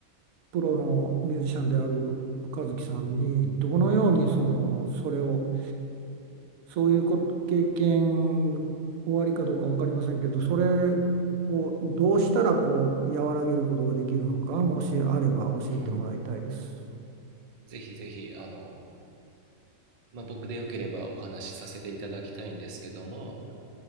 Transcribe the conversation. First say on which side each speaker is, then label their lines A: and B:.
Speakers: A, on the right; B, on the right.
A: プロのミュージシャンである和樹さんに、どのようにその、それをそういうこ経験終わりかどうか分かりませんけど、それをどうしたらこう和らげることができるのか、もしあれば教えてもらいたいです。
B: うん。ぜひぜひ、あの、まあ、僕でよければお話しさせていただきたいんですけども、